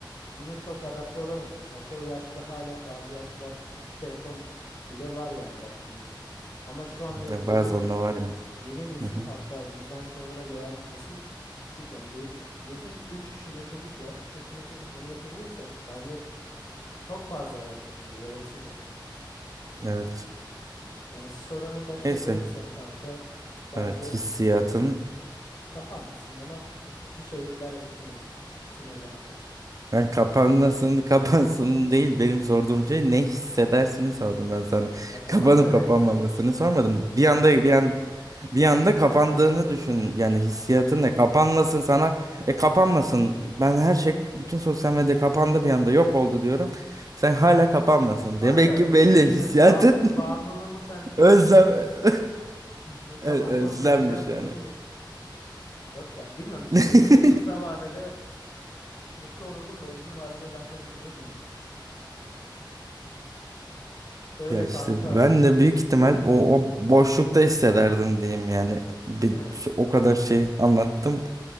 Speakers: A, on the left; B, on the right.
A: bunu çok adapte olamadı. Mesela çoğu yaşlıda hala bazı yaşlılarda tuşlu telefon bile var yani baktığımızda. Ama şu anda
B: Ve
A: dediğin
B: Bazen
A: gibi
B: de var ya.
A: yeni nesil
B: Hı hı.
A: hatta bizden sonra da gelen nesil küçük yani de- diyorsun ki 3 yaşında çocuk ya 3 yaşında çocuk bunu yapabiliyorsa bence çok fazla hayatın içinde gereksiz bence.
B: Evet.
A: Düşünüyorum. Yani sorunun başına
B: Neyse.
A: gelirsen kanka bence
B: Evet hissiyatın
A: kapanmasın ama bir şeyler olsun yani. Sınırlama tarzı.
B: Ben kapanmasını kapansın <laughs> değil benim sorduğum şey ne hissedersini sordum ben sana.
A: Ay
B: <laughs>
A: kapansa
B: Kapanıp kapanmamasını
A: neyse.
B: sormadım. Bir anda bir an bir anda
A: Ha
B: kapandığını
A: doğru
B: düşün.
A: doğru.
B: Yani hissiyatın ne? Kapanmasın sana. E kapanmasın. Ben her şey bütün sosyal medya kapandı bir anda yok oldu diyorum. Sen hala kapanmasın.
A: Kanka
B: Demek ki belli
A: düşün işte
B: hissiyatın
A: bağım, bağımlılığımı sen düşün.
B: <laughs> özlem <laughs>
A: <laughs> B-
B: ö-
A: Kapatmasınlar
B: özlenmiş
A: kanka
B: yani.
A: ne olur. Yok ya bilmem işte
B: <laughs>
A: dediğim gibi kısa vadede mutlu olurdum da uzun vadede ben çok üzülürdüm ya. Öyle
B: Ya işte
A: kanka
B: ben de büyük ihtimal o, o boşlukta hissederdim diyeyim yani. Bir,
A: değil mi?
B: o kadar şey anlattım.